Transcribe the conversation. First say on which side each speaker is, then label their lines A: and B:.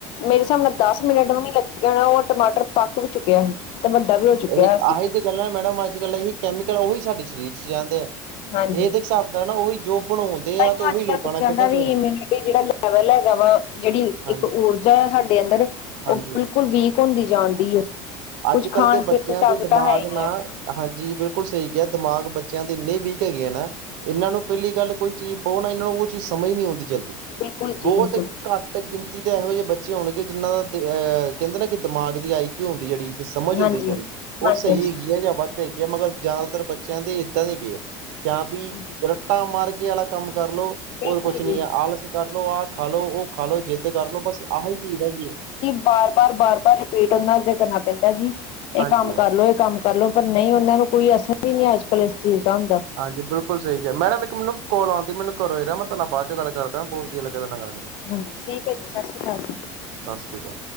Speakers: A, on the left; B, on the right.
A: ਮੇਰੇ ਹਿਸਾਬ ਨਾਲ ਦਸ ਮਿੰਟ ਵੀ ਨੀ ਲੱਗੇ ਹੋਣੇ, ਉਹ ਟਮਾਟਰ ਪੱਕ ਵੀ ਚੁੱਕਿਆ ਸੀ। ਤੇ ਵੱਡਾ ਵੀ ਹੋ ਚੁੱਕਿਆ
B: ਇਹੀ
A: ਸੀ
B: ਐਹੀ ਤੇ ਗੱਲਾਂ ਮੈਡਮ ਅੱਜ ਕੱਲ੍ਹ ਇਹੀ ਕੈਮੀਕਲ ਉਹੀ ਸਾਡੇ ਸਰੀਰ ਚ ਜਾਂਦੇ ਆ।
A: ਹਾਂਜੀ
B: ਇਹਦੇ ਹਿਸਾਬ ਦਾ ਨਾ ਉਹੀ ਜੋ ਬਣਾਉਂਦੇ
A: ਤਾਂਹੀਓ
B: ਆ ਤੇ ਉਹੀ
A: ਅੱਜ ਕੱਲ੍ਹ
B: ਲੋਕਾਂ
A: ਬੱਚਿਆਂ
B: ਨਾਲ ਖੇਡਣ
A: ਦਾ ਵੀ
B: ਦੇ
A: ਇਮਿਊਨਿਟੀ
B: ਆ।
A: ਜਿਹੜਾ ਲੈਵਲ ਹੈਗਾ ਵਾ, ਜਿਹੜੀ
B: ਹਾਂਜੀ
A: ਇੱਕ ਊਰਜਾ ਆ ਸਾਡੇ ਅੰਦਰ
B: ਹਾਂਜੀ।
A: ਉਹ ਬਿਲਕੁਲ ਵੀਕ ਹੁੰਦੀ ਜਾਣ ਡਹੀ ਐ, ਕੁੱਝ
B: ਅੱਜ
A: ਖਾਣ
B: ਕੱਲ੍ਹ ਦੇ ਬੱਚਿਆਂ
A: ਪੀਣ ਤਾਕਤਾਂ
B: ਦੇ ਦਿਮਾਗ
A: ਹੈ ਨੀ
B: ਨਾ
A: ਆ।
B: ਹਾਂਜੀ ਬਿਲਕੁਲ ਸਹੀ ਕਿਹਾ ਦਿਮਾਗ ਬੱਚਿਆਂ ਦੇ ਇੰਨੇ ਵੀਕ ਹੈਗੇ ਆ ਨਾ, ਇਹਨਾਂ ਨੂੰ ਪਹਿਲੀ ਗੱਲ ਕੋਈ ਚੀਜ਼ ਕਹੋ ਨਾ, ਇਹਨਾਂ ਨੂੰ ਉਹ ਚੀਜ਼ ਸਮਝ ਨਹੀਂ ਆਉਂਦੀ ਜਲਦੀ,
A: ਬਿਲਕੁਲ
B: ਬਹੁਤ
A: ਜੀ ਬਿਲਕੁਲ
B: ਘੱਟ ਗਿਣਤੀ ਤੇ ਇਹੋ ਜਿਹੇ ਬੱਚੇ ਹੋਣਗੇ ਜਿਹਨਾਂ ਦਾ ਅਹ ਕਹਿੰਦੇ ਨਾ ਕਿ ਦਿਮਾਗ ਦੀ ਆਈ ਕਿਉ ਹੁੰਦੀ ਜਿਹੜੀ ਸਮਝ
A: ਹਾਂਜੀ,
B: ਹੁੰਦੀ ਜਿਹੜੀ,
A: ਹਾਂਜੀ,
B: ਉਹ ਸਹੀ
A: ਹਾਂਜੀ,
B: ਹੈਗੀ ਆ ਜਾਂ ਵੱਧ ਹੈਗੀ ਆ, ਮਗਰ ਜ਼ਿਆਦਾਤਰ ਬੱਚਿਆਂ ਦੇ ਇੱਦਾਂ ਦੇ ਹੈਗੇ ਆ। ਜਾਂ ਵੀ
A: ਹਾਂਜੀ
B: ਰੱਟਾ ਮਾਰ ਕੇ ਆਲਾ ਕੰਮ ਕਰਲੋ,
A: ਬਿਲਕੁਲ
B: ਹੋਰ ਕੁਛ ਨੀ
A: ਜੀ।
B: ਆ ਆਲਸ ਕਰਲੋ ਆਹ ਖਾਲ ਲੋ, ਉਹ ਖਾ ਲੋ, ਜਿੱਦ ਕਰ ਲੋ, ਬਸ ਆਹੀ ਚੀਜ਼ ਰਹਿ ਗਈ ਐ।
A: ਬਾਰ ਬਾਰ ਬਾਰ ਬਾਰ ਰਿਪੀਟ ਉਹਨਾਂ ਅੱਗੇ ਕਰਨਾ ਪੈਂਦਾ ਜੀ, ਇਹ
B: ਹਾਂਜੀ
A: ਕੰਮ ਕਰਲੋ, ਇਹ ਕੰਮ ਕਰਲੋ, ਪਰ ਨਹੀਂ ਉਹਨਾਂ ਨੂੰ ਕੋਈ ਅਸਰ ਵੀ ਨਹੀਂ ਅੱਜ ਕੱਲ ਇਸ ਚੀਜ਼ ਦਾ ਹੁੰਦਾ।
B: ਹਾਂਜੀ ਬਿਲਕੁਲ ਸਹੀ ਕਿਹਾ, ਮੈਡਮ ਇੱਕ ਮੈਨੂੰ ਕੋਲ ਆਉਣ ਡਹੀ ਮੈਨੂੰ ਘਰੋਂ, ਮੈਂ ਤੁਹਾਡੇ ਨਾਲ ਬਾਦ ਚ ਗੱਲ ਕਰਦਾ ਬਹੁਤ ਵਧੀਆ ਲੱਗਾ ਤੁਹਾਡੇ ਨਾਲ ਗੱਲ ਕਰਕੇ।
A: ਹਾਂਜੀ ਠੀਕ ਐ ਜੀ, ਸਸ ਸੀ ਅਕਾਲ ਜੀ।
B: ਸਸ ਸੀ ਕਾਲ।